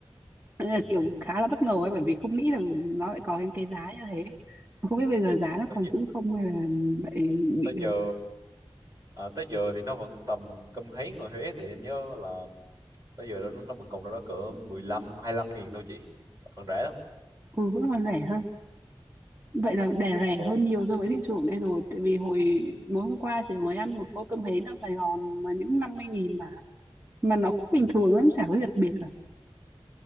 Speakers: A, on the right; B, on the right.
A: Đấy là
B: ừ.
A: kiểu khá là bất ngờ ấy bởi vì không nghĩ là nó lại có cái, cái giá như thế không biết bây giờ giá nó
B: Tới
A: còn giữ không hay là lại bị
B: tới giờ à, tới giờ thì nó vẫn tầm cơm hấy người Huế thì em nhớ là tới giờ đó nó nó vẫn còn đâu đó cỡ 15 lăm nghìn thôi chị phần rẻ lắm
A: ừ, vẫn còn rẻ hơn vậy là đẻ rẻ
B: cô
A: hơn nhiều so với thị trường đây rồi tại vì hồi mới hôm qua chị mới ăn một tô cơm hến ở Sài Gòn mà những năm mươi nghìn mà mà nó cũng
B: ừ.
A: bình thường lắm chả có gì đặc biệt